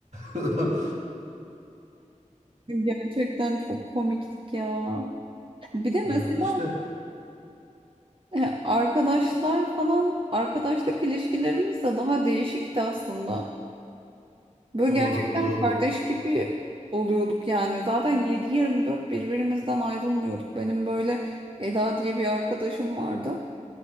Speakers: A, on the right; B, on the right.
A: <laughs>
B: <laughs> Gerçekten çok komiktik ya. Bir de
A: Ya
B: mesela
A: işte.
B: e, arkadaşlar falan arkadaşlık ilişkilerimiz de daha değişikti aslında. Böyle
A: Doğru,
B: gerçekten
A: doğru.
B: kardeş gibi oluyorduk yani. Zaten yedi yirmi dört birbirimizden ayrılmıyorduk. Benim böyle Eda diye bir arkadaşım vardı.